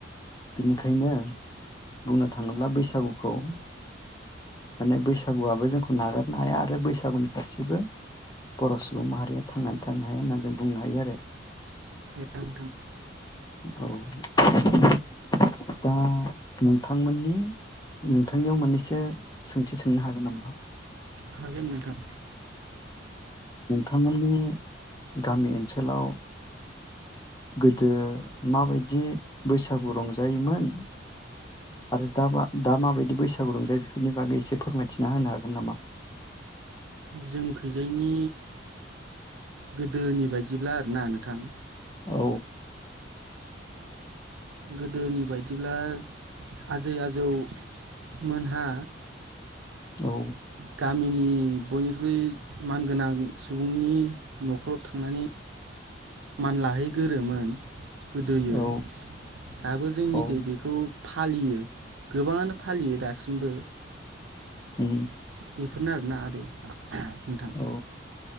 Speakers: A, on the left; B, on the right.
A: बिनिखायनो बुंनो थाङोब्ला बैसागुखौ माने बैसागुआबो जोंखौ नागारनो हाया आरो बैसागुनि फारसेबो बर' सुबुं माहारिया थांनानै थानो हाया होननान जों बुंनो हायो आरो।
B: <unintelligible> दं।
A: औ <inaudible> दा नोंथांमोननि नोंथांनियाव मोननैसो सोंथि सोंनो हागोन नामा?
B: हागोन नोंथां।
A: नोंथांमोननि गामि ओनसोलाव गोदो माबायदि बैसागु रंजायोमोन आरो दा बा दा माबायदि बैसागु रंजायो बेफोरनि बागै एसे फोरमायथिना होनो हागोन नामा?
B: जों खैजायनि गोदोनि बायदिब्ला आरोना नोंथां।
A: औ।
B: गो गोदोनि बायदिब्ला आजै आजौ मोनहा
A: औ
B: गामिनि बयनिख्रुइ मानगोनां सुबुंनि न'खराव थांनानै मान लाहैगोरोमोन गोदोयो
A: औ
B: दाबो जोंनिखै
A: औ
B: बेखौ फालियो गोबाङानो फालियो दासिमबो
A: उ
B: बेफोरनो आरोना आरो ना आदै। नोंथां
A: औ